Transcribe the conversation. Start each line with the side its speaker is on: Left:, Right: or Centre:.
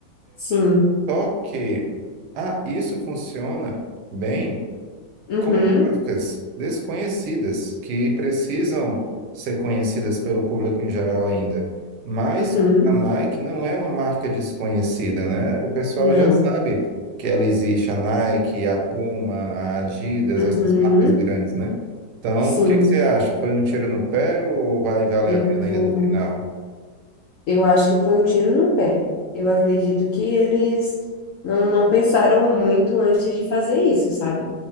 Left: Sim.
Right: Só que ah, isso funciona bem
Left: Uhum.
Right: com marcas desconhecidas, que precisam ser conhecidas pelo público em geral ainda. Mas
Left: Uhum.
Right: a Nike não é uma marca desconhecida, né? O pessoal
Left: Não.
Right: já sabe que ela existe, a Nike, a Puma, a Adidas,
Left: Uhum.
Right: essas marcas grandes, né? Então,
Left: Sim.
Right: o que que você acha? Foi um tiro no pé ou vai valer
Left: Eu
Right: a pena
Left: vou.
Right: ainda no final?
Left: Eu acho que foi um tiro no pé. Eu acredito que eles não, não pensaram muito antes de fazer isso, sabe?